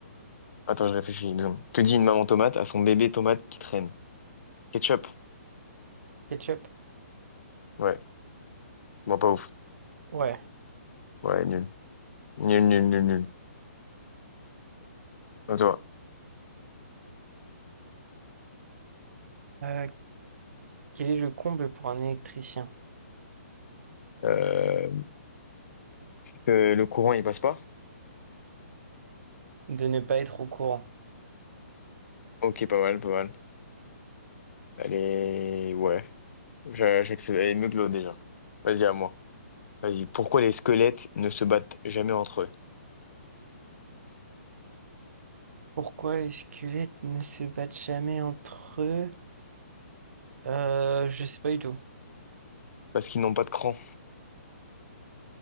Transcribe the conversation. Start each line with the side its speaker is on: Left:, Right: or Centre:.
Left: Attends, je réfléchis une seconde. Que dit une maman tomate à son bébé tomate qui traîne? Ketchup?
Right: Ketchup?
Left: Ouais, moi pas ouf.
Right: Ouais.
Left: Ouais, nul. Nul, nul, nul, nul. À toi.
Right: Euh, Quel est le comble pour un électricien?
Left: Euh, Que le courant, il passe pas?
Right: De ne pas être au courant.
Left: Ok, pas mal, pas mal. allez Ouais, j'a- j'accepte. Elle est mieux que l'autre, déjà. Vas-y, à moi. Vas-y, pourquoi les squelettes ne se battent jamais entre eux?
Right: Pourquoi les squelettes ne se battent jamais entre eux? Euh, je sais pas du tout.
Left: Parce qu'ils n'ont pas de cran.